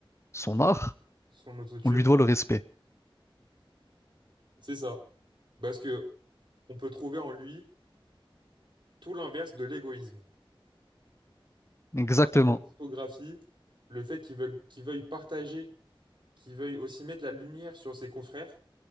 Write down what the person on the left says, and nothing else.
son art,
on lui doit le respect.
Exactement.